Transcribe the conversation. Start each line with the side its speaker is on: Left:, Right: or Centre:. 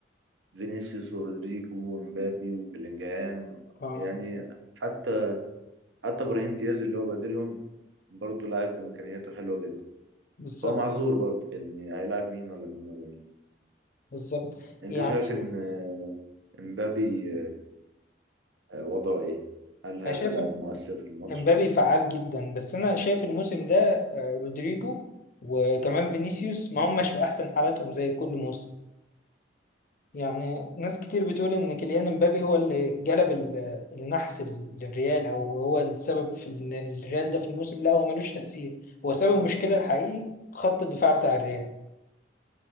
Right: فينيسيوس ورودريجو ومبابي وبيلينجهام
Left: أه
Right: يعني حتى حتى ابراهيم دياز اللي هو بديلهم برضه لاعب امكانياته حلوه جدا
Left: بالظبط
Right: هو معذور برضه يعني هيلاعب مين ولا مين ولا مين
Left: بالظبط
Right: انت
Left: يعني
Right: شايف ان امبابي آه، وضعه ايه هل هيبقى
Left: أنا شايف
Right: لاعب
Left: إم-
Right: مؤثر في الماتش
Left: إمبابي فعال جدا بس أنا شايف الموسم ده آه، رودريجو وكمان فينيسيوس ما هماش في أحسن حالاتهم زي كل موسم يعني ناس كتير بتقول ان كيليان امبابي هو اللي جلب ال- النحس ال- للريال او هو السبب في ان الريال ده في الموسم لا هو ملوش تأثير هو سبب المشكلة الحقيقي خط الدفاع بتاع الريال